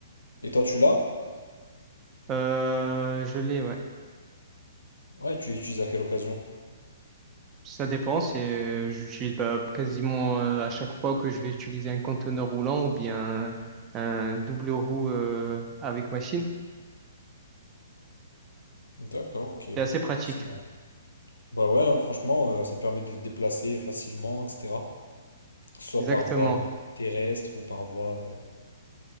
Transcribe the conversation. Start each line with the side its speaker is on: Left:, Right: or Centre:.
Left: Et toi, tu l'as?
Right: Euh, je l'ai, ouais.
Left: Ouais, et tu l'utilises à quelle occasion?
Right: Ça dépend, c'est euh, j'utilise bah, quasiment euh, à chaque fois que je vais utiliser un conteneur roulant ou bien un double roue euh, avec machine.
Left: D'accord, ok.
Right: C'est assez pratique.
Left: C'est marrant. Bah ouais, hein, franchement, euh, ça te permet de te déplacer facilement, etc. Que ce soit
Right: Exactement.
Left: par voie euh, terrestre ou par voie, euh,